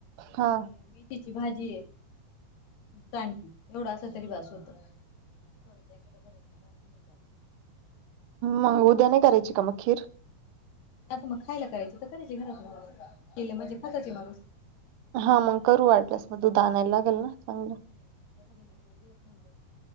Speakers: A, on the right (about 60°); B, on the left (about 70°).
A: हा
B: आणिी िची भाजी आहे च आणख एवढा अस तरी बास होत ज झालं
A: मग उद्या नाही करायची का मग खीर
B: आता मग खायला करायच तर करायचे घरात ना केले म्हणजे खाताचे माणूस
A: हा मग करू वाढल्यास मग तू दुध नायला लागेल ना चांगलं
B: <unintelligible>